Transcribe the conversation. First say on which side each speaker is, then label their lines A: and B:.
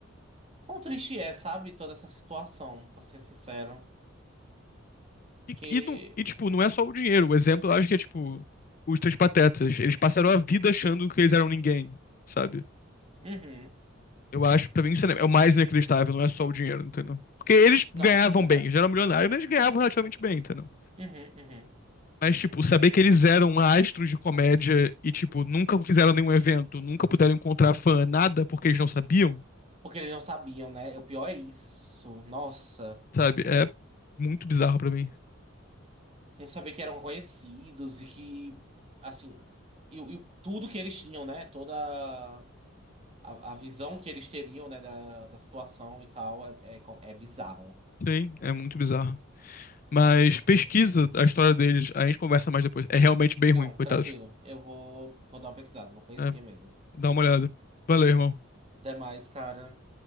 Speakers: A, on the right; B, on the left.
A: quão triste é, sabe? Toda essa situação, pra ser sincero.
B: E,
A: Que.
B: e, não- e, tipo, não é só o dinheiro, o exemplo eu acho que é, tipo, os Três Patetas. Eles passaram a vida achando que eles eram ninguém, sabe?
A: Uhum.
B: Eu acho, pra mim, isso é é o mais inacreditável, não é só o dinheiro, entendeu? Porque eles
A: Não,
B: ganhavam
A: é verdade.
B: bem, eles já eram milionários, mas eles ganhavam relativamente bem, entendeu?
A: Uhum, uhum.
B: Mas, tipo, saber que eles eram astros de comédia e, tipo, nunca fizeram nenhum evento, nunca puderam encontrar fã, nada, porque eles não sabiam,
A: Porque eles não sabiam, né? O pior é isso. Nossa,
B: sabe? É muito bizarro pra mim.
A: não saber que eram conhecidos e que, assim, e, o- e o- tudo que eles tinham, né? Toda a, a visão que eles teriam, né? Da, da situação e tal, é, é, com- é bizarro.
B: Sim, é muito bizarro. Mas pesquisa a história deles, a gente conversa mais depois. É realmente bem
A: Não,
B: ruim, coitados.
A: tranquilo. Eu vou, vou dar uma pesquisada. Não conhecia
B: É,
A: mesmo.
B: dá uma olhada. Valeu, irmão.
A: Até mais, cara.